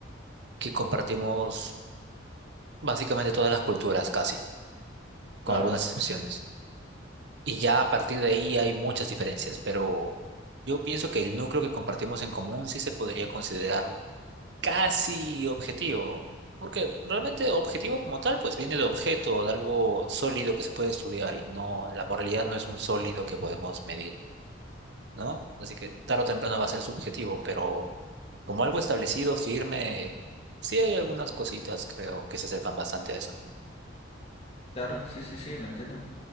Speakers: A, on the right; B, on the left.
A: que compartimos básicamente todas las culturas, casi, con
B: Claro,
A: algunas excepciones. Y ya a partir de ahí hay muchas diferencias, pero yo pienso que el núcleo que compartimos en común sí se podría considerar casi objetivo, porque realmente objetivo como tal pues viene de objeto, de algo sólido que se puede estudiar y no, la moralidad no es un sólido que podemos medir, ¿no? Así que tarde o temprano va a ser subjetivo, pero como algo establecido, firme, sí hay algunas cositas creo que se acercan bastante a eso.
B: claro, sí, sí, sí, lo entiendo.